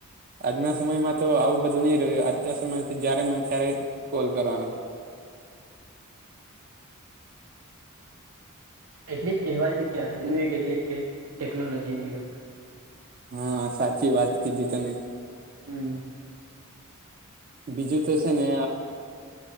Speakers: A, on the right (about 40°); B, on the right (about 80°).
A: આજના સમયમાં તો આવું બધું નઈ રહ્યુ, આજના સમયમાં તો જયારે મને ત્યારે કોલ કરવાનો
B: એટલી જ કહેવાય છે, કે આજનું યુગ એટલી કે ટેકનોલોજી ન યુગ
A: હા, સાચી વાત કીધી તમે
B: હમ્મ
A: બીજુ તો છેને.
B: હ